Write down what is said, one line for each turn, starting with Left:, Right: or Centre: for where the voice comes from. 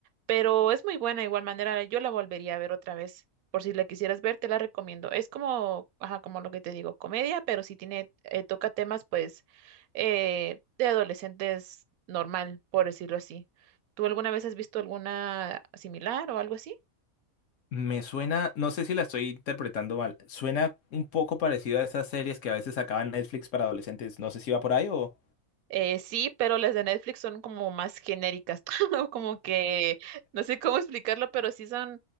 Right: pero es muy buena de igual manera, yo la volvería a ver otra vez. Por si la quisieras ver, te la recomiendo. Es como, ajá, como lo que te digo, comedia, pero sí tiene, eh, toca temas, pues, eh, de adolescentes normal, por decirlo así. ¿Tú alguna vez has visto alguna similar o algo así?
Left: Me suena, no sé si la estoy interpretando mal, suena un poco parecido a esas series que a veces sacaban Netflix para adolescentes. No sé si va por ahí o...
Right: Eh, sí, pero las de Netflix son como más genéricas, <laughs> ¿no? como que no sé cómo explicarlo, pero sí son,